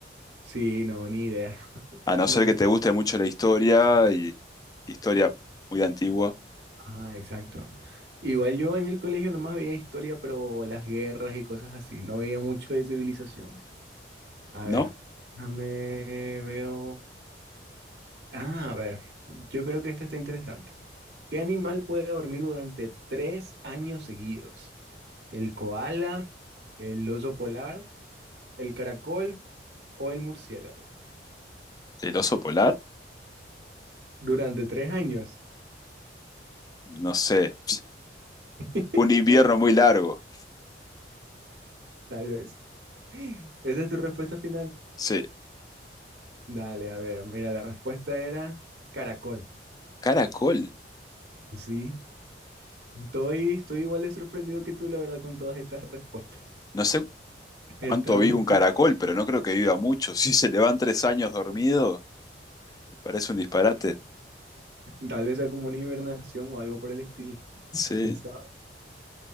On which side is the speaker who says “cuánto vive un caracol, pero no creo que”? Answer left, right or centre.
Left